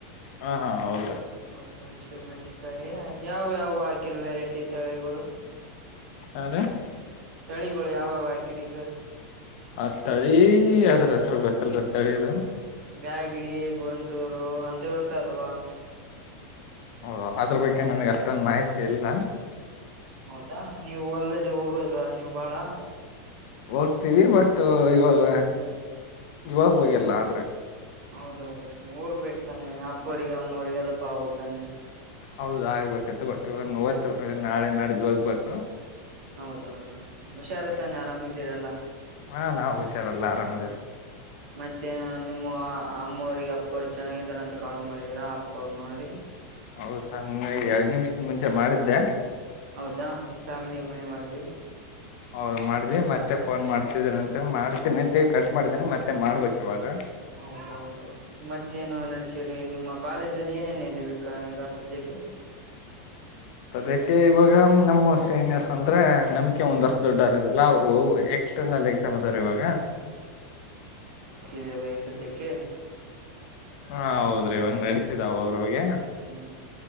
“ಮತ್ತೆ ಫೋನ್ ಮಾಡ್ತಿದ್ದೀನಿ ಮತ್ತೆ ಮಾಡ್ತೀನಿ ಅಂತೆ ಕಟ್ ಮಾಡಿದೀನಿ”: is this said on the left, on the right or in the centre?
Left